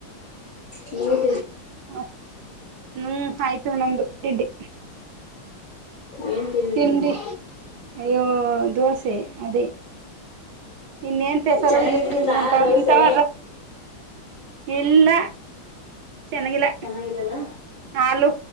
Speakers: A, on the left (about 80°); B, on the right (about 70°).
A: ಹ್ಮ್
B: ಮ ಹ್ಮ್ ಆಯ್ತು ನಂದು ಟಿಡ್ಡಿ
A: ಏನ್
B: ತಿಂಡಿ
A: ಮಾಡಿದ್ದೆ
B: ಅಯ್ಯೋ ದೋಸೆ ಅದೇ ಇನ್ನೇನ್ ಪೇಸಾರ
A: ಚೆನ್ನಾಗಿರ್ತದಾ
B: ಇಲ್ಲಿ ನಮ್
A: ದೋಸೆ
B: ನಿಮ ತಾವ ಇಲ್ಲ ಚೆನ್ನಂಗಿಲ್ಲ
A: ಚೆನ್ನಾಗಿರಲ್ಲ
B: ಹಾಲು